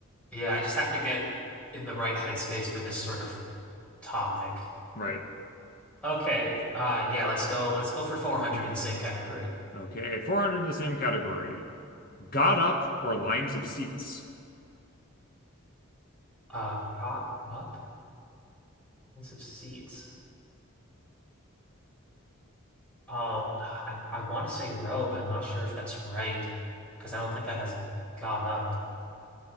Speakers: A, in the centre; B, on the left.
A: Yeah, I just have to get in the right headspace for this sort of topic.
B: right.
A: Okay, uh yeah, let's go let's go for 400 in the same category.
B: Okay, 400 in the same category. Got up or lines of seats.
A: Uh caught up Expensive seats. Um, I, I want to say row, but I'm not sure if that's right because I don't think that has got up.